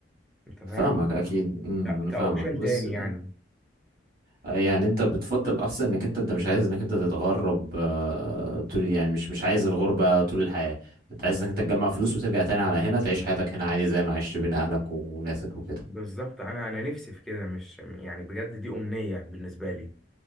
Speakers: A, in the centre; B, on the right.
A: أنت فاهم
B: فاهمك أكيد مم.
A: ك- كأوبشن
B: فاهمك بس
A: تاني يعني
B: آه، يعني أنت بتفضل أحسن إنك أنت أنت مش عايز إنك أنت تتغرب آه، طول يعني مش مش عايز الغربة طول الحياة أنت عايز إنك أنت تجمع فلوس وترجع تاني على هنا تعيش حياتك هنا عادي زي ما عشت بين أهلك وناسك وكده
A: بالظبط أنا أنا نفسي في كده مش يعني بجد دي أمنية بالنسبة لي